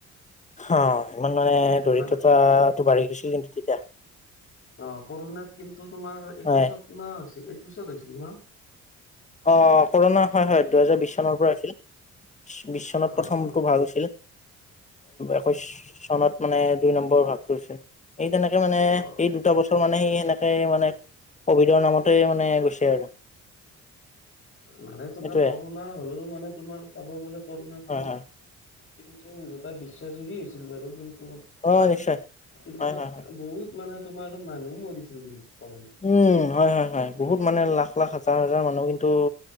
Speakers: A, on the left; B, on the left.
A: অ ইমান মানে দৰিদ্ৰতাটো
B: মানে
A: বাঢ়ি গৈছিলে নেকি
B: অ কৰোনাত কিন্তু তোমাৰ একৈশত
A: হয়।
B: ন হৈছিল একৈশত হৈছিল নহ
A: অ কৰোণা হয় হয় দুহেজাৰ বিশ চনৰ পৰা হৈছিল বিশ চনত
B: অ
A: প্ৰথমটো
B: অ
A: ভাগ হৈছিল একৈশ চনত মানে দুই নম্বৰৰ ভাগটো হৈছে এই তেনেকে মানে
B: অ
A: এই দুটা বছৰ মানে সি সেনেকে মানে কভিডৰ নামত মানে গৈছে আৰু
B: মানে তোমাৰ
A: এইটোয়ে
B: কৰোণা হলেও মানে তোমাৰ চাব গলে কৰোণাটো
A: হয় হয়
B: কিন্তু গোটেই বিশ্বজুৰি হৈছিল বাৰু কিন্তু
A: অ', নিশ্চয়
B: কিন্তু
A: হয় হয় হয়।
B: বহুত মানে তোমাৰো মানুহো মৰিছিল কিন্তু কৰোণাত
A: উম হয় হয় হয় বহুত মানে লাখ লাখ হাজাৰ হাজাৰ মানুহ কিন্তু